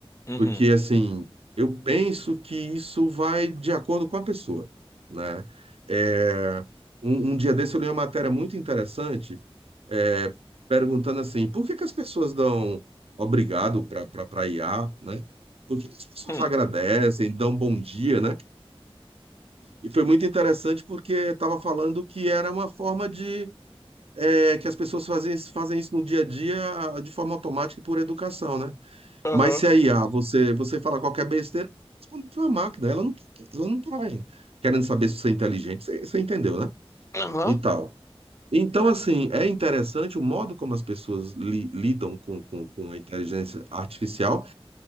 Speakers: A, on the left; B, on the right.
A: Uhum.
B: Porque, assim, eu penso que isso vai de acordo com a pessoa, né? É, um, um dia desse eu li uma matéria muito interessante é, perguntando assim, por que que as pessoas dão obrigado para para I a, né? Por que que as pessoas
A: Hum.
B: agradecem, dão bom dia, né? E foi muito interessante porque estava falando que era uma forma de é, que as pessoas fazem, fazem isso no dia a dia ah, de forma automática e por educação, né?
A: Aham.
B: Mas se a IA, você, você fala qualquer besteira, responde pra uma máquina. Ela não, ela não tá querendo saber se você é inteligente. Você, você entendeu, né?
A: Aham.
B: E tal. Então, assim, é interessante o modo como as pessoas li- lidam com, com, com a inteligência artificial.